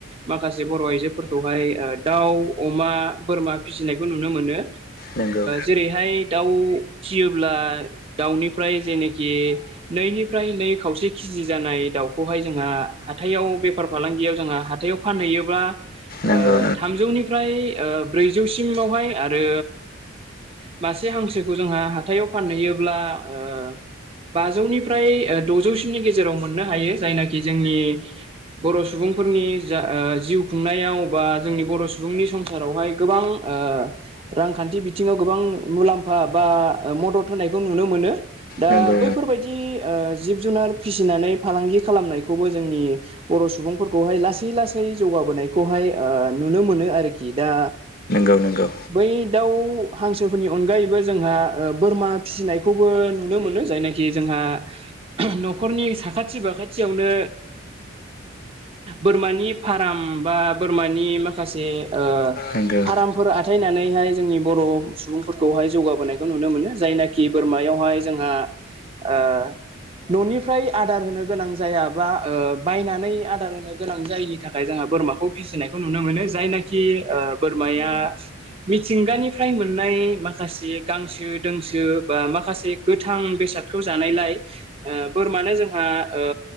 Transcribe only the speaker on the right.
माखासे बर' आइजोफोरखौहाय दाउ अमा बोरमा फिसिनायखौ नुनो मोनो
जेरैहाय दाउ फिसियोब्ला दाउनिफ्राय जेनोखि नैनिफ्राय नै खावसे केजि जानाय दाउखौहाय जोंहा हाथायाव बेफार फालांगियाव जोंहा हाथायाव फानहैयो थामजौनिफ्राय
ब्रैजौसिमावहाय आरो मासे हांसोखौ जोंहा हाथायाव फानहैयोब्ला ओ बाजौनिफ्राय द'जौसिनि गेजेराव मोननो हायो जायनाखि जोंनि बर' सुबुंफोरनि जा ओ जिउ खुंनायाव बा जोंनि बर' सुबुंनि संसारावहाय गोबां ओ रांखान्थि बिथिङाव गोबां गोबां मुलाम्फा बा मदद होनायखौ नुनो मोनो दा
आ बैफोरबायदि जिब जुनार फिसिनानै फालांगि खालामनायखौबो जोंनि बर' सुबुंफोरखौहाय लासै लासै जौगाबोनायखौहाय ओ नुनो मोनो आरोखि दा
बै दाउ हांसोफोरनि अनगायैबो जोंहा ओ बोरमा फिसिनायखौबो नुनो मोनो जायना खि जोंहा न'खरनि साखाथि फाखाथियावनो बोरमानि फार्म बा बोरमानि माखासे ओ फार्मफोर
आथायनानैहाय जोंनि बर' सुबुंफोरखौहाय जौगाबोनायखौ नुनो मोनो जायनाखि बोरमायावहाय जोंहा ओ न'निफ्राय आदार होनो गोनां जाया बा ओ बायनानै आदार होनो गोनां जायिनि थाखा जों बोरमाखौ फिसिनायखौ नुनो मोनो जायनाखि बोरमाया मिथिंगानिफ्राय मोन मोननाय माखासे गांसो दोंसो बा माखासे गोथां बेसादखौ जानायलाय ओ बोरमानो जोंहा ओ